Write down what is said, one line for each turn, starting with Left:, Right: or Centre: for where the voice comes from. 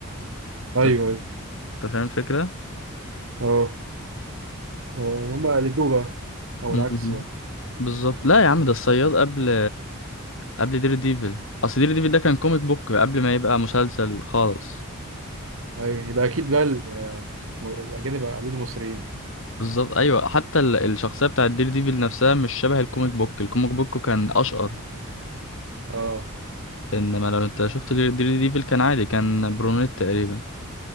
Right: أيوه
Left: انت
Right: أيوه
Left: أنت فاهم الفكره
Right: اه آه، هما قلدوه بقى
Left: <laughs>
Right: أو العكس بقى
Left: بالظبط لا يا عم ده الصياد قبل قبل دير ديفل اصل دير ديفل ده كان كوميك بوك قبل ما يبقى مسلسل خالص
Right: أيوه يبقى أكيد بقى ال- الأجانب قلدوا المصريين
Left: بالظبط ايوه حتى ال- الشخصيه بتاعت دير ديفل نفسها مش شبه الكوميك بوك الكوميك بوك كان اشقر
Right: اه
Left: انما لو انت شفت دير دير ديفل كان عادي كان برونيت تقريبا